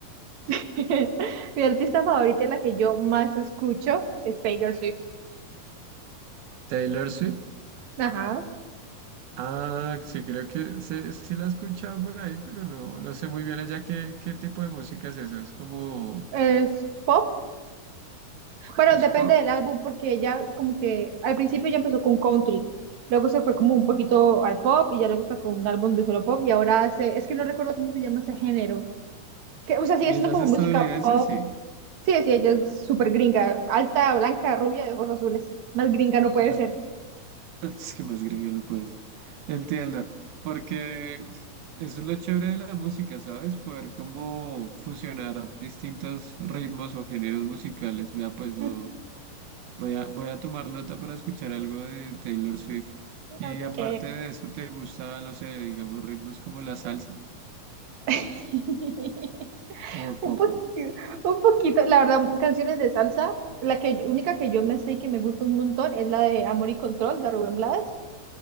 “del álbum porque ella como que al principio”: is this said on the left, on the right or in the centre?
Right